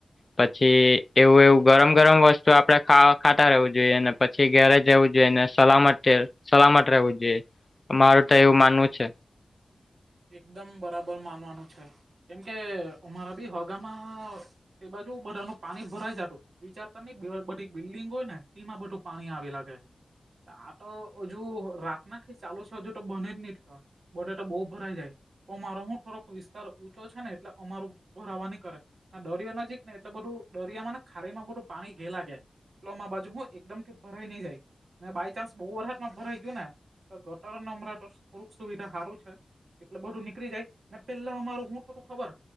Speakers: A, on the left; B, on the right.
A: પછી એવું એવું ગરમ ગરમ વસ્તુ આપડેા ખાતા રહેવું જોઈએ ને પછી ઘેરે જવું જોઈએ ને સલામત સલામત રહેવું જોઈએ મારું તો એવું માનવું છે.
B: એકદમ બરાબર માનવાનું છે કેમકે અમારા બી હોગામાં એ બાજુ બધા ન પાણી ભરાઈ જતું વિચાર કરી બધી બિલ્ડિંગ હોય ને તેમાં બધું પાણી આવી લાગે આ તો હજુ રાત નાથીી ચાલુ છે હજુ તો બને જ નહી બને તો બહ ભરાઈ જાય તોમારો હું થોડોક વિસ્તાર ઊંચો છે ને એટલે અમારું ભરાવા નહી કરે દરિયો નજીક ને એટલે બધું દરિયામાં ને ખારી માં બધું પાણી ઘેલાગે એલો માં બાજુ હું એકદમ થી ભરાઈ નહી જાય મેં બાય ચાન્સ બહુ વરતમાં ભરાઈ ગયું ને તો ગટર ને અમરાં તો થોડુંક સુવિધા હારું છે. એટલે બધું નીકળી જાય પેલા અમારું શું થોડું ખબર